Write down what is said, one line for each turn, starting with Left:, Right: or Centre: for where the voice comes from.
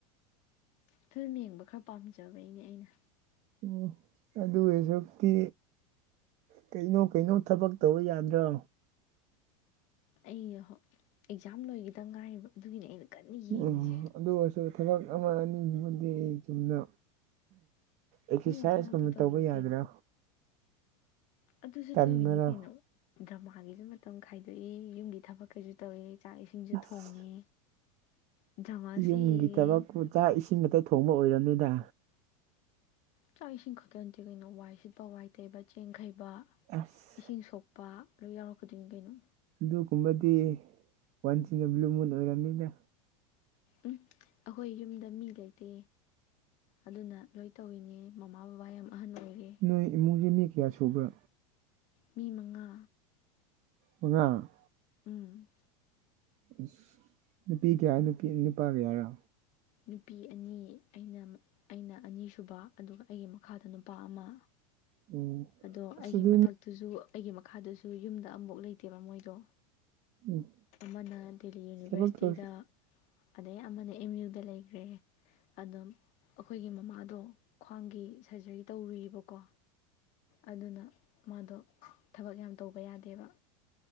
Left: ꯐꯤꯂꯝ ꯌꯦꯡꯕ ꯈꯔ ꯄꯥꯝꯖꯕꯩꯅꯦ ꯑꯩꯅ
Right: ꯑꯣ ꯑꯗꯨ ꯑꯣꯏꯖꯨꯛꯇꯤ ꯀꯩꯅꯣ ꯀꯩꯅꯣ ꯊꯕꯛ ꯇꯧꯕ ꯌꯥꯗ꯭ꯔꯣ
Left: ꯑꯩꯩꯌꯣꯍꯣ ꯑꯦꯛꯖꯥꯝ ꯂꯣꯏꯒꯤꯗ ꯉꯥꯏꯔꯤꯕ ꯑꯗꯨꯒꯤꯅꯦ ꯑꯩꯅ ꯀꯟꯅ ꯌꯦꯡꯉꯤꯖꯦ
Right: ꯎꯝ ꯑꯗꯨ ꯑꯣꯏꯔꯁꯨ ꯊꯕꯛ ꯑꯃ ꯑꯅꯤꯗꯨꯃꯗꯤ ꯆꯨꯝꯅ ꯑꯦꯛꯁꯔꯁꯥꯏꯁꯀꯨꯝꯕ
Left: ꯑꯗꯨꯗꯤ ꯊꯕꯛꯇꯤ ꯇꯧꯋꯤꯅꯤ
Right: ꯇꯧꯕ ꯌꯥꯗ꯭ꯔꯣ
Left: ꯀꯩꯅꯣ ꯑꯗꯨꯁꯨ
Right: ꯇꯟꯕꯔꯣ
Left: ꯇꯧꯋꯤꯅꯤ ꯀꯩꯅꯣ ꯗ꯭ꯔꯃꯥꯒꯤꯁꯨ ꯃꯇꯝ ꯈꯥꯏꯗꯣꯛꯏ ꯌꯨꯝꯒꯤ ꯊꯕꯛ ꯀꯩꯁꯨ ꯇꯧꯋꯦ ꯆꯥꯛ ꯏꯁꯤꯡꯁꯨ
Right: ꯑꯁ
Left: ꯊꯣꯡꯉꯦ ꯗ꯭ꯔꯃꯥꯁꯨ
Right: ꯌꯨꯝꯒꯤ
Left: ꯌꯦꯡꯉꯦ
Right: ꯊꯕꯛꯄꯨ ꯆꯥꯛ ꯏꯁꯤꯡ ꯑꯇ ꯊꯣꯡꯕ ꯑꯣꯏꯔꯝꯅꯤꯗ
Left: ꯆꯥꯛ ꯏꯁꯤꯡ ꯈꯛꯇ ꯅꯠꯇꯦ ꯀꯩꯅꯣ ꯋꯥꯏ ꯁꯤꯠꯄ ꯋꯥꯏ ꯇꯩꯕ ꯆꯦꯡ ꯈꯩꯕ
Right: ꯑꯁ
Left: ꯏꯁꯤꯡ ꯁꯣꯛꯄ ꯂꯣꯏ ꯌꯥꯎꯔꯛꯀꯗꯣꯏꯅꯤ ꯀꯩꯅꯣ
Right: ꯑꯗꯨꯒꯨꯝꯕꯗꯤ ꯋꯥꯟꯁꯤꯅ ꯕ꯭ꯂꯨ ꯃꯨꯟ ꯑꯣꯏꯔꯕꯅꯤꯅ
Left: ꯎꯝ ꯑꯈꯣꯏ ꯌꯨꯝꯗ ꯃꯤ ꯂꯩꯇꯦ ꯑꯗꯨꯅ ꯂꯣꯏ ꯇꯧꯏꯤꯅꯦ ꯃꯃꯥ ꯕꯕꯥ ꯌꯥꯝ ꯑꯍꯟ ꯑꯣꯏꯔꯦ
Right: ꯅꯣꯏ ꯏꯃꯨꯡꯖꯦ ꯃꯤ ꯀꯌꯥ ꯁꯨꯕ꯭ꯔꯥ
Left: ꯃꯤ ꯃꯉꯥ
Right: ꯃꯉꯥ
Left: ꯎꯝ
Right: ꯑꯁ ꯅꯨꯄꯤ ꯀꯌꯥ ꯅꯨꯄꯤ ꯅꯨꯄꯥ ꯀꯌꯥꯔꯣ
Left: ꯅꯨꯄꯤ ꯑꯅꯤ ꯑꯩꯅ ꯑꯩꯅ ꯑꯅꯤꯁꯨꯕ ꯑꯗꯨꯒ ꯑꯩꯒꯤ ꯃꯈꯥꯗ ꯅꯨꯄꯥ ꯑꯃ
Right: ꯑꯣ
Left: ꯑꯗꯣ
Right: ꯑꯁ
Left: ꯑꯩꯒꯤ
Right: ꯑꯗꯨ
Left: ꯃꯊꯛ ꯑꯗꯨꯁꯨ ꯑꯩꯒꯤ ꯃꯈꯥꯗꯁꯨ ꯌꯨꯝꯗ ꯑꯝꯕꯧ ꯂꯩꯇꯦꯕ ꯃꯣꯏꯗꯣ
Right: ꯎꯝ
Left: ꯑꯃꯅ ꯗꯦꯜꯂꯤ ꯌꯨꯅꯤꯚꯔꯁꯤꯇꯤꯗ
Right: ꯊꯕꯛ ꯇꯧꯔꯁꯤ
Left: ꯑꯗꯩ ꯑꯃꯅ ꯑꯦꯝ ꯌꯨ ꯗ ꯂꯩꯈ꯭ꯔꯦ ꯑꯗꯨꯝ ꯑꯩꯈꯣꯏꯒꯤ ꯃꯃꯥꯗꯣ ꯈ꯭ꯋꯥꯡꯒꯤ ꯁꯔꯖꯔꯤ ꯇꯧꯔꯨꯕꯀꯣ ꯑꯗꯨꯅ ꯃꯥꯗꯣ ꯊꯕꯛ ꯌꯥꯝ ꯇꯧꯕ ꯌꯥꯗꯦꯕ